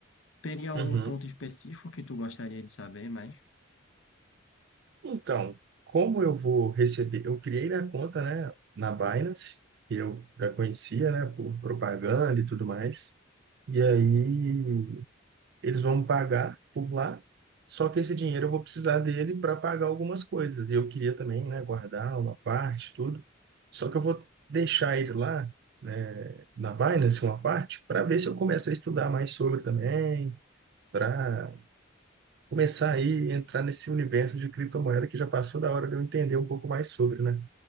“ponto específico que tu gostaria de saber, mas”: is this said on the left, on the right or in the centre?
Left